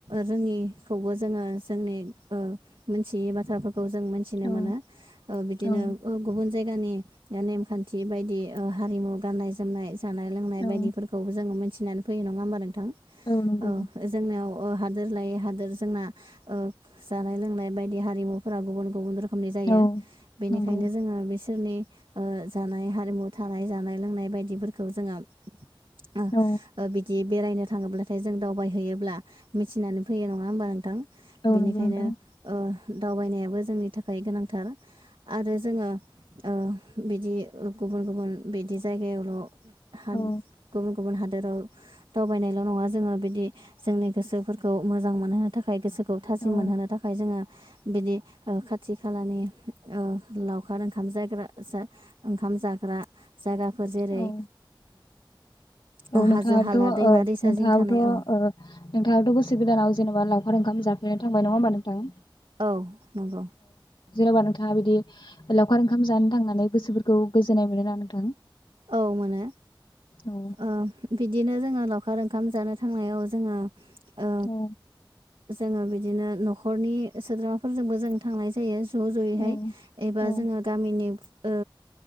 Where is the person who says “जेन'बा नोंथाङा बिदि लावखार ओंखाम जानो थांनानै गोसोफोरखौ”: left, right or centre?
Left